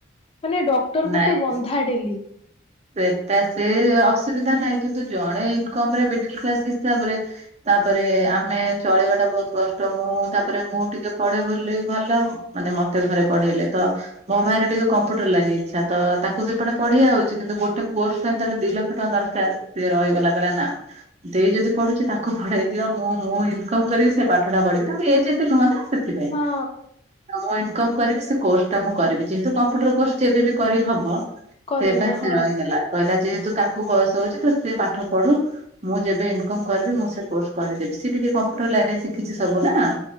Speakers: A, on the left (about 25°); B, on the right (about 30°).
A: ମାନେ ଡକ୍ଟର
B: ନାଇଁ
A: ଗୋଟେ ବନ୍ଧା ଡେଲି।
B: ସେଟା ସେ ଅସୁବିଧା ନାହିଁ। କିନ୍ତୁ ଜଣେ ଇନ୍‌କମ୍ ରେ ମିଡିଲ୍ କ୍ଲାସ ହିସାବରେ ତାପରେ ଆମେ ଚଳେଇବା ଟା ବହୁତ କଷ୍ଟ ମୁଁ ତାପରେ ମୁଁ ଟିକେ ପଢେ ବୁଲି ଭଲ ମାନେ ମତେ ଘରେ ପଢେଇଲେ ତ ମୋ ଭାଇରେ ଟିକେ କମ୍ପ୍ୟୁଟର ଲାନି ଇଚ୍ଛା ତ ତାକୁ ସେପଟେ ପଢ଼ିଆଉଛି କିନ୍ତୁ ଗୋଟେ କୋର୍ସ ପାଇଁ ତାର ଦି ଲକ୍ଷ ଟଙ୍କା ଦରକାରଏ ରହିଗଲା ନା। ଦେ ଯଦି ପଢୁଛି ତାକୁ ପଢେଇ ଦିଅ ମୁଁ ମୁଁ ଇନକମ୍ କରିବି ସେ ପାଠଟା ପଢିବି ତାଙ୍କୁ ଏଜ୍‌ ଏତେ ନୁହଁ ନା। ସେଥିପାଇଁ ତ
A: ହଁ
B: ମୁଁ ଇନ୍‌କମ୍ କରିବି ସେ କୋସ୍ ଟା ମୁଁ କରିବି ଯେହେତୁ କମ୍ପ୍ୟୁଟର କୋର୍ସ ଯେବେ ବି କରିହବ।
A: କରିହବ
B: ସେ ପାଇଁ ସେ
A: ହଁ
B: ରହିଗଲା କହିଲା ଯେହେତୁ ତାକୁ ବୟସ ହଉଛି ତ ସେ ପାଠ ପଢୁ। ମୁଁ ଯେବେ ଇନକମ୍ କରିବି ମୁଁ ସେ କୋର୍ସ କରିଦେବି ସି ଟିକେ କମ୍ପ୍ୟୁଟର ଲାଇନ୍‌ ରେ ଶିଖିଛି ସବୁ ନା।